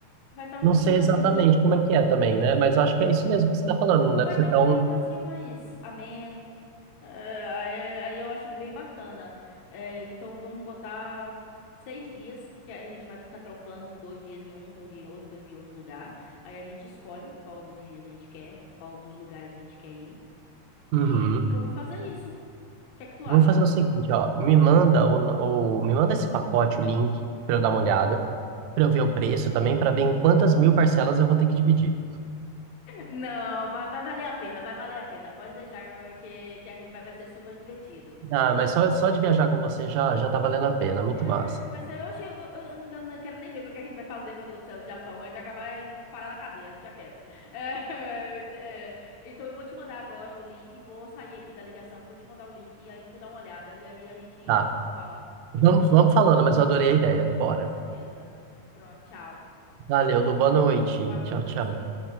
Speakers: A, on the left (about 65°); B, on the right (about 75°).
A: vai estar um
B: Não
A: climazinho.
B: sei exatamente como é que é também, né? Mas acho que é isso mesmo que você está falando. Não deve
A: Vai
B: ser
A: estar
B: tão.
A: um climazinho mais ameno. É, aí, aí eu acho bem bacana. É, então vamos botar seis dias, porque aí a gente vai ficar trocando dois dias em um, dois dias em outro, dois dias em outro lugar. Aí a gente escolhe qual desses dias a gente quer, qual dos lugares a gente quer ir.
B: Uhum.
A: E vamos fazer isso. O que é que tu
B: Vamos
A: acha?
B: fazer o seguinte, ó. Me manda o, o- me manda esse pacote, o link, para eu dar uma olhada, para eu ver o preço também, para ver em quantas mil parcelas eu vou ter que dividir.
A: Não, vai, vai valer a pena, vai valer a pena. Pode deixar que, que a gente vai vai ser super divertido.
B: Ah, mas só, só de viajar com você já já tá valendo a pena, muito
A: É,
B: massa.
A: vai ser. Oxe, eu, eu- eu não, não quero nem ver o que que a gente vai fazer, meu Deus do céu, do Japão. A gente vai acabar indo parar na cadeia, deixa quieto. É, <laughs> é, então eu vou te mandar agora o link, vou sair aqui da ligação, vou te mandar o link, e aí tu dá uma olhada, e aí a gente
B: Tá.
A: fala o que
B: Vamos,
A: que você achou.
B: vamos falando, mas eu adorei a ideia. Bora.
A: Com certeza. Pronto, tchau.
B: Valeu, Lu, boa noite.
A: Boa noite.
B: Tchau, tchau.